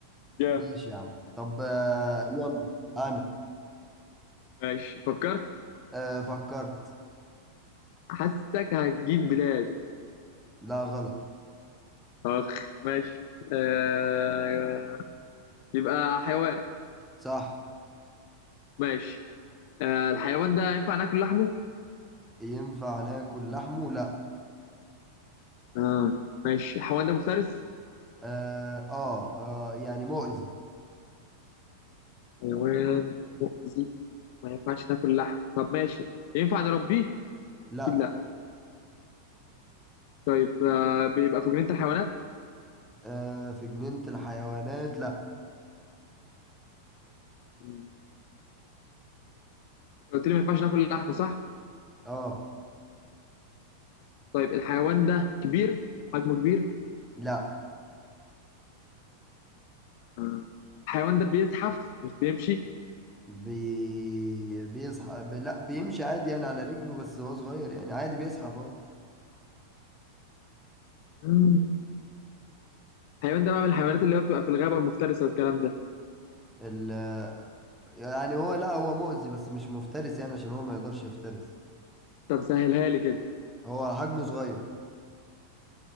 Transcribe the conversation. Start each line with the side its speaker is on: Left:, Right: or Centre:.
Left: جامد
Centre: ماشي يا عم طب آه يلا انا
Left: ماشي فكرت
Centre: آه فكرت
Left: حاسسك هتجيب بلاد
Centre: لا غلط
Left: اخ ماشي آه... يبقى حيوان
Centre: صح
Left: ماشي آه الحيوان ده ينفع ناكل لحمه
Centre: ينفع ناكل لحمه لا
Left: اه ماشي الحيوان ده مفترس
Centre: آه, اه اه يعني مؤذي
Left: حيوان مؤذي ما ينفعش تاكل لحم طب ماشي ينفع نربيه
Centre: لا
Left: اكيد لا طيب آه، بيبقى في جنينة الحيوانات
Centre: آه في جنينة الحيوانات لا
Left: مم. انت قلت لي ما ينفعش ناكل لحم صح
Centre: اه
Left: طيب الحيوان ده كبير حجمه كبير
Centre: لا
Left: آه. الحيوان ده بيزحف مش بيمشي
Centre: بي بيصحى لا بيمشي عادي يعني على رجله بس هو صغير يعني عادي بيزحف اهو
Left: مم. الحيوان ده بقى من الحيوانات اللي هو بتبقى في الغابة المفترسة والكلام ده
Centre: ال يعني هو لا هو مؤذي بس مش مفترس يعني عشان هو ما يقدرش يفترس
Left: طب سهلها لي كده
Centre: هو حجمه صغير